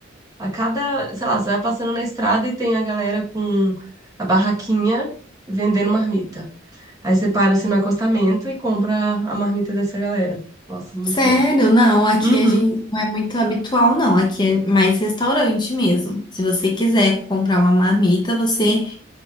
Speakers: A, on the right (about 20°); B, on the left (about 25°).
A: a cada, sei lá, você vai passando na estrada e tem a galera com a barraquinha vendendo marmita. Aí você para assim no acostamento e compra a marmita dessa galera. Nossa, muito
B: Sério?
A: bom.
B: Não, aqui
A: Uhum.
B: a gente não é muito habitual, não. Aqui é mais restaurante mesmo. Se você quiser comprar uma marmita, você